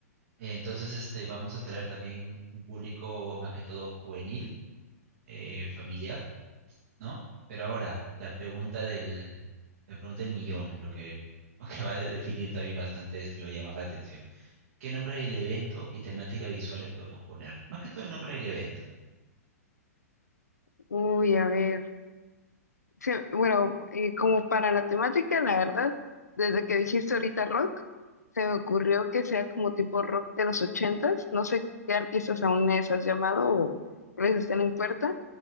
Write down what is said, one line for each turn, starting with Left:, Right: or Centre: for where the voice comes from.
Right: Eh, Entonces, este, vamos a traer también un público más que todo juvenil, eh, familiar, ¿no? Pero ahora, la pregunta del, la pregunta del millón, lo que, <laughs> lo que va a definir también bastante esto y va a llamar la atención. ¿Qué nombre del evento y temática visual le podemos poner? Más que todo el nombre del evento.
Left: Uy, a ver, se- bueno, eh, como para la temática, la verdad, desde que dijiste ahorita rock, se me ocurrió que sea como tipo rock de los ochentas, no sé qué artistas aún les has llamado o les estén en puerta.